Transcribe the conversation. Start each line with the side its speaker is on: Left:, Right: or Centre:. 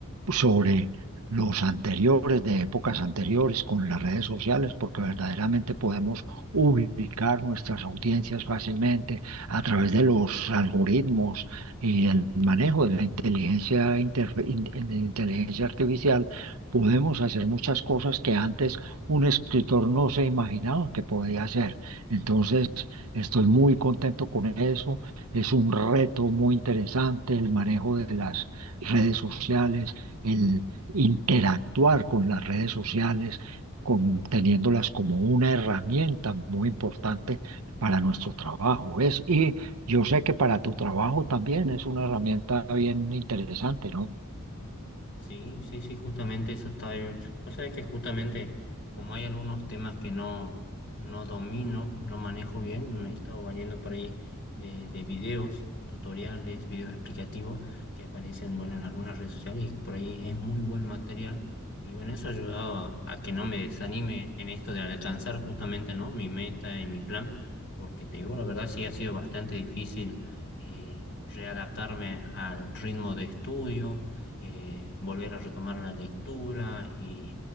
Right: sobre los anteriores, de épocas anteriores, con las redes sociales, porque verdaderamente podemos ubicar nuestras audiencias fácilmente a través de los algoritmos y el manejo de la inteligencia, interfe- in- de la inteligencia artificial, podemos hacer muchas cosas que antes un escritor no se imaginaba que podía hacer. Entonces, estoy muy contento con eso. Es un reto muy interesante el manejo de las redes sociales, el interactuar con las redes sociales, con- teniéndolas como una herramienta muy importante para nuestro trabajo. Es, y yo sé que para tu trabajo también es una herramienta bien interesante, ¿no?
Left: Sí, sí, sí, justamente eso está bien. Vos sabés que justamente como hay algunos temas que no, no domino, no manejo bien, me he estado valiendo por ahí de, de videos, tutoriales, videos explicativos que aparecen, bueno, en algunas redes sociales y por ahí es muy buen material. Y bueno, eso ha ayudado a, a que no me desanime en esto de alcanzar justamente, ¿no? Mi meta y mi plan, porque te digo, la verdad sí ha sido bastante difícil eh, readaptarme al ritmo de estudio eh, volver a retomar la lectura y,